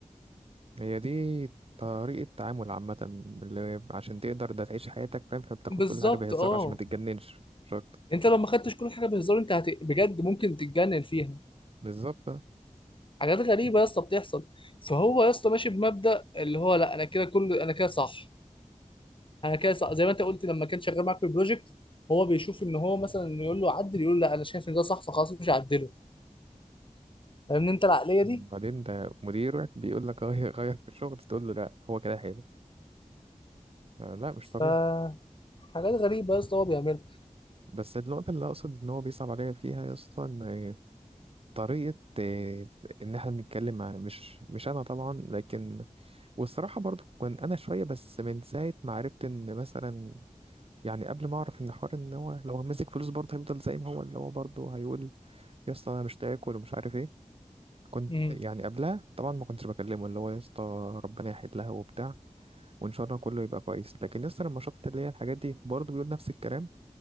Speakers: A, on the right (about 45°); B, on the left (about 40°).
A: هي دي طريقة تعامل عامة اللي عشان تقدر ده تعيش حياتك فاهم فبتاخد
B: بالظبط
A: كل حاجة بهزار
B: اه
A: عشان ما تتجننش مش أكتر
B: انت لو ما خدتش كل حاجة بهزار انت هت... بجد ممكن تتجنن فيها
A: بالظبط
B: حاجات غريبة يا اسطى بتحصل فهو يا اسطى ماشي بمبدأ اللي هو لا انا كده كل انا كده صح انا كده صح زي ما انت قلت لما كان شغال معاك في البروجكت هو بيشوف ان هو مثلا إنه يقول له عدل يقول لا انا شايف ان ده صح فخلاص مش هعدله فاهمني انت العقلية
A: بعدين
B: دي
A: ده مديرك بيقول لك غير غير في الشغل تقول له لا هو كده حلو آه، لا مش
B: ف
A: طبيعي
B: حاجات غريبة يا اسطى هو بيعملها
A: بس النقطة اللي أقصد إن هو بيصعب عليا فيها يا اسطى إن طريقة آه، إن إحنا بنتكلم مع مش مش أنا طبعا لكن والصراحة برضو كان أنا شوية بس من ساعة ما عرفت إن مثلا يعني قبل ما أعرف إن حوار إن هو لو ماسك فلوس برضه هيفضل زي ما هو اللي هو برضه هيقول يا اسطى أنا مش تاكل ومش عارف إيه كنت
B: امم
A: يعني قبلها طبعا ما كنتش بكلمه اللي هو يا اسطى ربنا يحيد لها وبتاع وان شاء الله كله يبقى كويس لكن يسطا لما شفت اللي هي الحاجات دي برضه بيقول نفس الكلام